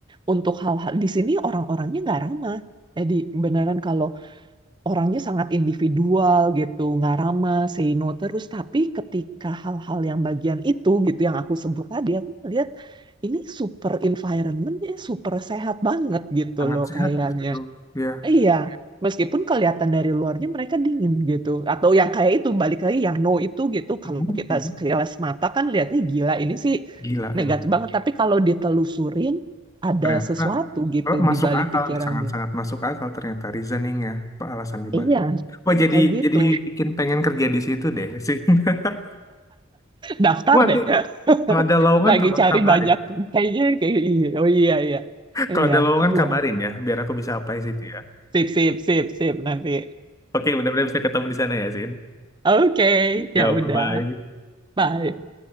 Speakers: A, on the right; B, on the left.
A: untuk hal-hal di sini orang-orangnya nggak ramah. Jadi beneran kalau orangnya sangat individual gitu, nggak ramah, say no terus. Tapi ketika hal-hal yang bagian itu gitu yang aku sebut tadi, aku melihat ini super environmentnya super sehat banget gitu
B: sangat
A: loh
B: sehat
A: kayaknya.
B: justru ya
A: Iya, meskipun kelihatan dari luarnya mereka dingin gitu. Atau yang kayak itu, balik lagi yang no itu gitu. Kalau
B: Mhm.
A: kita sekilas mata kan lihatnya gila, ini sih
B: gila
A: negatif
B: emang
A: banget. Tapi kalau ditelusurin, ada
B: ternyata
A: sesuatu gitu
B: oh, masuk
A: di balik
B: akal
A: pikirannya.
B: sangat-sangat masuk akal ternyata reasoningnya apa alasan dibalik
A: Iya,
B: wah jadi
A: kayak gitu.
B: jadi bikin pengen kerja di situ deh sih <laughs>
A: Daftar
B: Gua nanti
A: deh. <laughs>
B: kalau ada lowongan
A: Lagi
B: tolong
A: cari
B: kabarin
A: banyak. Kayaknya kayak iya. Oh iya, iya.
B: <laughs> kalau
A: Iya,
B: ada lowongan
A: iya.
B: kabarin ya biar aku bisa apply situ ya
A: Sip, sip, sip, sip nanti.
B: oke mudah-mudahan bisa ketemu di sana ya Sin
A: Oke,
B: ya
A: ya udah.
B: bye bye
A: Bye.